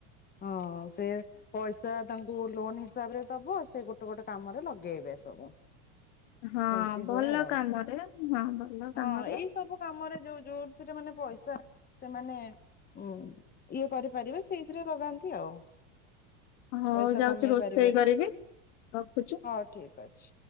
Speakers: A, on the left; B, on the left.
A: ହଁ ସେ ପଇସା ତାଙ୍କୁ ଲୋନ ହିସାବରେ ଦବ ସେ ଗୋଟେ ଗୋଟେ କାମରେ ଲଗେଇବେ ସବୁ।
B: ହଁ
A: ସେମିତି
B: ଭଲ
A: ହୁଏ ଆଉ।
B: କାମରେ ହଁ ଭଲ କାମରେ
A: ହଁ ଏଇ ସବୁ କାମରେ ଯୋଉ ଯୋଉ ସେଟା ମାନେ ପଇସା ସେମାନେ ଉଁ ଇଏ କରିପାରିବେ ସେଇ ସେଇଥିରେ ଲଗାନ୍ତି ଆଉ।
B: ହଁ
A: ପଇସା
B: ଯାଉଛି
A: କମେଇ
B: ରୋଷେଇ
A: ପାରିବେ
B: କରିବି, ରଖୁଛି। <inaudible>
A: ହଉ ଠିକ ଅଛି।